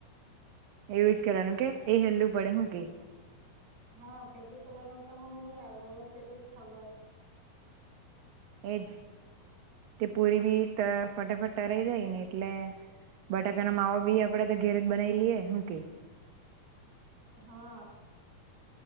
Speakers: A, on the right (about 75°); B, on the right (about 55°).
A: એવું જ કરવાનું કે એ હેલ્લું પડે હું કે?
B: હા, પેટે તો બનાવતા મને નહી આવડે બસ એટલી જ ખબર
A: એજ તે પૂરી બી ફટાફટ તરાઈ જાય ને એટલે બટાકા ના માવો બી આપડે તો ઘેર જ બનાવી લઈએ હું કઈ
B: હા